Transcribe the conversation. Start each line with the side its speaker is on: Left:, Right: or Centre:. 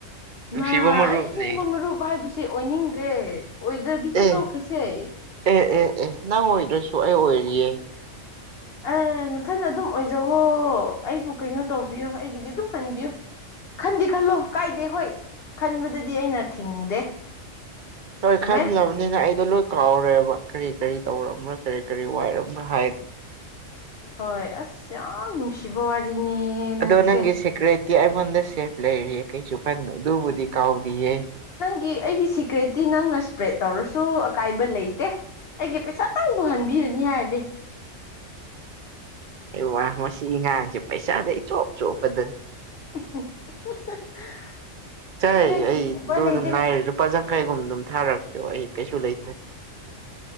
Right: ꯅꯨꯡꯁꯤꯕ
Left: ꯃꯥ
Right: ꯃꯔꯨꯞꯅꯦ
Left: ꯑꯩ ꯑꯁꯦꯡꯕ ꯃꯔꯨꯞ ꯍꯥꯏꯕꯁꯦ ꯑꯣꯏꯅꯤꯡꯗ꯭ꯔꯦ ꯑꯣꯏꯗꯕꯤꯗ
Right: ꯑꯦ
Left: ꯇꯣꯛꯈ꯭ꯔꯁꯦ
Right: ꯑꯦ ꯑꯦ ꯑꯦ ꯅꯪ ꯑꯣꯏꯗ꯭ꯔꯁꯨ ꯑꯩ ꯑꯣꯏꯔꯤꯌꯦ
Left: ꯎꯝ ꯃꯊꯟꯗ ꯑꯗꯨꯝ ꯑꯣꯏꯖꯧꯋꯣ ꯑꯩꯕꯨ ꯀꯩꯅꯣ ꯇꯧꯕꯤꯌꯨ ꯑꯩꯒꯤꯗꯤ ꯑꯗꯨꯝ ꯍꯟꯕꯤꯌꯨ ꯈꯟꯗꯤ ꯈꯜꯂꯣ ꯀꯥꯏꯗꯦ ꯍꯣꯏ ꯈꯟꯕꯗꯗꯤ ꯑꯩꯅ ꯊꯤꯡꯗꯦ
Right: ꯍꯣꯏ
Left: ꯆꯨꯝꯃꯦ
Right: ꯈꯜꯂꯕꯅꯤꯅ ꯑꯩꯗꯣ ꯂꯣꯏ ꯀꯥꯎꯔꯦꯕ ꯀꯔꯤ ꯀꯔꯤ ꯇꯧꯔꯕ꯭ꯔꯥ ꯀꯔꯤ ꯀꯔꯤ ꯋꯥꯏꯔꯕ꯭ꯔꯥ ꯍꯥꯏꯗꯣ
Left: ꯍꯣꯏ ꯑꯁ ꯌꯥꯝ ꯅꯨꯡꯁꯤꯕ ꯋꯥꯔꯤꯅꯦ ꯅꯪꯒꯤꯁꯦ
Right: ꯑꯗꯣ ꯅꯪꯒꯤ ꯁꯦꯀ꯭ꯌꯨꯔꯤꯇꯤ ꯑꯩꯉꯣꯟꯗ ꯁꯦꯐ ꯂꯩꯔꯤꯌꯦ ꯀꯩꯁꯨ ꯀꯟꯅꯨ ꯑꯗꯨꯕꯨꯗꯤ ꯀꯥꯎꯗꯤꯌꯦ
Left: ꯒꯤ ꯑꯩꯒꯤ ꯁꯤꯀ꯭ꯔꯦꯠꯇꯤ ꯅꯪꯅ ꯏꯁꯄ꯭ꯔꯦꯗ ꯇꯧꯔꯁꯨ ꯑꯀꯥꯏꯕ ꯂꯩꯇꯦ ꯑꯩꯒꯤ ꯄꯩꯁꯥꯇꯪꯕꯨ ꯍꯟꯕꯤꯔꯅꯤ ꯍꯥꯏꯔꯗꯤ
Right: ꯑꯩ ꯋꯥ ꯃꯁꯤ ꯉꯥꯡꯁ ꯄꯩꯁꯥꯗ ꯏꯆꯣꯞ ꯆꯣꯄꯗ
Left: <unintelligible>
Right: ꯆꯥꯏ
Left: ꯈꯪꯗꯦ
Right: ꯑꯩ
Left: ꯎꯄꯥꯏ
Right: ꯗꯨꯗꯨꯝ
Left: ꯂꯩꯇꯦ
Right: ꯅꯥꯏꯔꯦ ꯂꯨꯄꯥ ꯆꯥꯡꯈꯩꯒꯨꯝ ꯗꯨꯝ ꯊꯥꯔꯛꯁꯣ ꯑꯩ ꯀꯩꯁꯨ ꯂꯩꯇꯦ